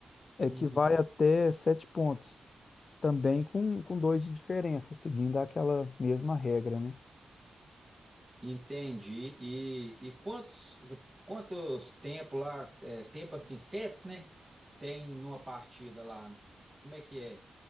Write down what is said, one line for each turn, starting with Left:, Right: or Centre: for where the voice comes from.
Left: É
Right: uhum.
Left: que vai até sete pontos, também com, com dois de diferença, seguindo aquela mesma regra, né?
Right: Entendi. E, e quantos quantos tempo lá, é, tempo assim, sets, né? Tem numa partida lá. Como é que é?